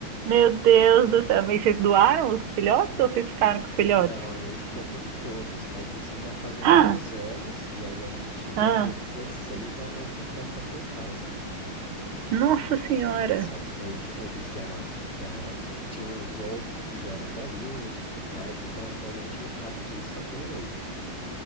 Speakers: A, on the right; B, on the left.
A: Meu Deus do céu. Mas vocês doaram os filhotes ou vocês ficaram com os filhotes?
B: Não, a gente ficou com todos, mas isso já fazem
A: Ah,
B: muitos anos. E aí a gente chegou
A: ah,
B: a ter 16 ao mesmo tempo aqui em casa.
A: nossa senhora.
B: Só que daí j- eles já, já eram. Tinham os outros que já eram velhinhos e tudo mais, então atualmente aqui só tem oito.